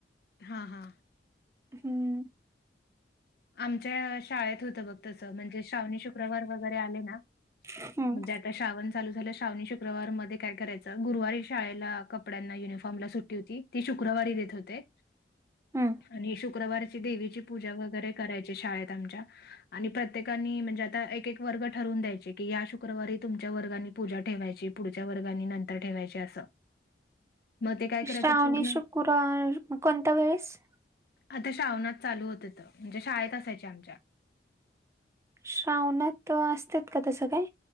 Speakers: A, on the left; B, on the right.
A: हा हा.
B: हम्म.
A: आमच्या शाळेत हुत बग तस, म्हणजे श्रावणी शुक्रवार वगैरे आले ना
B: हम्म
A: म्हणजे आता श्रावन चालू झालं श्रावणी शुकवार मध्ये काय करायचं गुरुवारी शाळेला कपड्यांना युनिफॉर्म ला सुटी होती ती शुक्रवारी देत होते
B: हम्म
A: आणि शुक्रवारीची देवीची पूजा वगैरे करायची शाळेत आमच्या, आणि प्रत्येकानी म्हणजे आता एक एक वर्ग ठरवून द्यायचे की या शुक्रवारी तुमच्या वर्गानी पूजा ठेवायची पुढच्या वर्गानी नंतर ठेवायची असं. मग ते काय करायचं
B: श्रावणी
A: पूर्ण
B: शुक्रवार कोणत्या वेळेस.
A: आता शावणात चालू होते त म्हणजे शाळेत असायची आमच्या.
B: श्रावणात असत्यात का तसं काय?